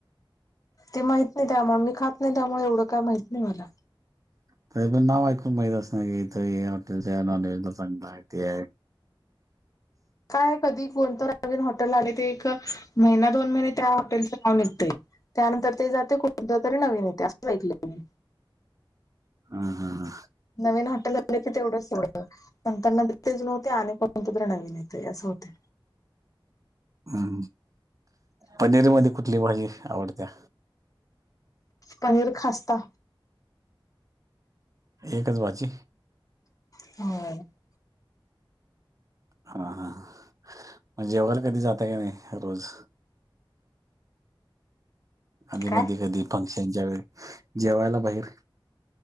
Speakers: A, on the left; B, on the right.
A: ते माहत नाही त्यामुळे मी खात नाही त्यामुळे एवढं काय माहत नाही मला
B: त पण नाव ऐकून माहित अस ना कीथ हॉटेलच्या नॉनव्हेज ला चांगलं आहे ते
A: काय कधी कोणतं नवीन हॉटेल आले ते एक महिना दोन महिने त्या हॉटेलचं नाव निघतय. त्यानंतर ते जाते कोुणत तरी नवीन येते असं ऐकलं.
B: ह हा ह
A: नवीन हॉटेल आले की तेवढंच एवढं नंत न तेच नव्हते आणि कोण तु तर्र नवीन येते असं होते.
B: हम् पनीरी म कुठली भाजी आवडत्या
A: पनीर खस्ता.
B: एकच भाजी
A: ह
B: हा हा म्हण जेवला कधी जाताय का नाही रोज आधी
A: काय
B: मधी कधी फंक्शनच्या वेळे जेवायला बाहेर